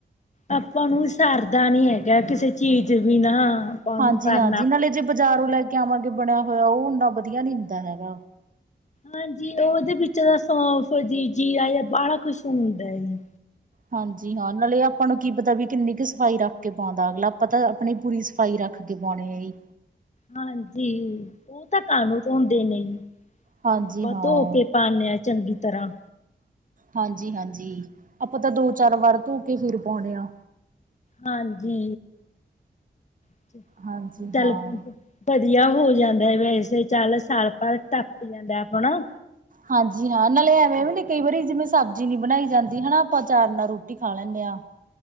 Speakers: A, on the left; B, on the right.
A: ਆਪਾਂ ਨੂੰ ਸਰਦਾ ਨੀ ਹੈਗਾ ਕਿਸੇ ਚੀਜ਼ ਬਿਨਾ ਆਪਾਂ
B: ਹਾਂਜੀ
A: ਨੂੰ ਕਰਨਾ
B: ਹਾਂਜੀ ਨਾਲੇ
A: ਪੈਂਦਾ।
B: ਜੇ ਬਾਜ਼ਾਰੋਂ ਲੈ ਕੇ ਆਵਾਂਗੇ ਬਣਿਆ ਹੋਇਆ ਉਹ ਓਨਾ ਵਧੀਆ ਨਹੀਂ ਹੁੰਦਾ ਹੈਗਾ
A: ਹਾਂਜੀ ਉਹਦੇ ਵਿੱਚ ਤਾ ਸੌਫ ਜੀ ਜੀਰਾ ਵਾਲਾ ਕੁਛ ਹੁੰਦਾ ਜੀ
B: ਹਾਂਜੀ ਹਾਂ ਨਾਲੇ ਆਪਾਂ ਨੂੰ ਕੀ ਪਤਾ ਵੀ ਕਿੰਨੀ ਕੁ ਸਫ਼ਾਈ ਰੱਖ ਕੇ ਪਾਉਂਦਾ, ਅਗਲਾ ਆਪਾਂ ਤਾਂ ਆਪਣੀ ਪੂਰੀ ਸਫਾਈ ਰੱਖ ਕੇ ਪੌਣੇ ਆ ਜੀ,
A: ਹਾਂਜੀ, ਉਹ ਤਾਂ ਕਾਨੂੰ ਧੋਂਦੇ ਨੇ ਜੀ
B: ਹਾਂਜੀ
A: ਜਿਵੇਂ ਆਪਾਂ
B: ਹਾਂ
A: ਧੋ ਕੇ ਪਾਣੇ ਆ ਚੰਗੀ ਤਰ੍ਹਾਂ,
B: ਹਾਂਜੀ-ਹਾਂਜੀ, ਆਪਾਂ ਤਾਂ ਦੋ ਚਾਰ ਵਾਰ ਧੋ ਕੇ ਫਿਰ ਪਾਉਣੇ ਆ।
A: ਹਾਂਜੀ <unintelligible>
B: ਹਾਂਜੀ
A: ਚਲ
B: ਹਾਂ
A: ਵਧੀਆ ਹੋ ਜਾਂਦਾ, ਵੈਸੇ ਚੱਲ ਸਾਲ ਭਰ ਟਪ ਜਾਂਦਾ ਆਪਣਾ
B: ਹਾਂਜੀ ਹਾਂ ਨਾਲੇ ਐਵੇਂ ਵੀ ਨੀ ਕਈ ਵਾਰੀ ਜਿਵੇਂ, ਸਬਜ਼ੀ ਨੀ ਬਣਾਈ ਜਾਂਦੀ ਹਨਾ, ਆਪਾਂ ਅਚਾਰ ਨਾਲ ਰੋਟੀ ਖਾ ਲੈਣੇ ਆ।